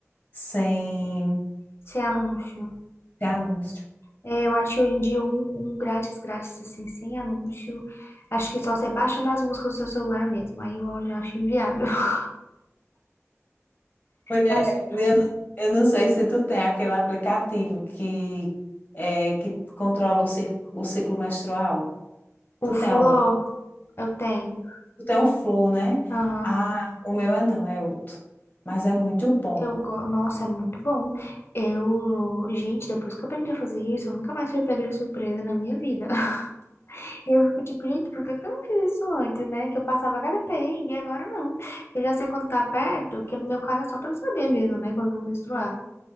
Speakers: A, on the left; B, on the left.
A: sem
B: sem anúncio.
A: anúncio.
B: É, eu acho que hoje em dia um, um grátis, grátis assim, sem anúncio. Acho que só você baixando as músicas do seu celular mesmo. Aí eu já acho inviável. <laughs>
A: Mulher,
B: Mas
A: eu, não- eu não sei se tu tem aquele aplicativo que, é, que controla o, cir- o ciclo menstrual.
B: o
A: Tu
B: Flow
A: tem algum?
B: eu tenho.
A: Tu tem o Flow, né?
B: Aham.
A: Ah, o meu é não, é outro. Mas é muito bom.
B: Eu go... Nossa, é muito bom. Eu. Gente, depois que eu aprendi a fazer isso, eu nunca mais fui pega de surpresa na minha vida. <laughs> E eu fico tipo, gente, por que que eu não fiz isso antes, né? Que eu passava cada perrengue e agora não. Eu já sei quando tá perto, que no meu caso é só pra eu saber mesmo, né? Quando eu vou menstruar.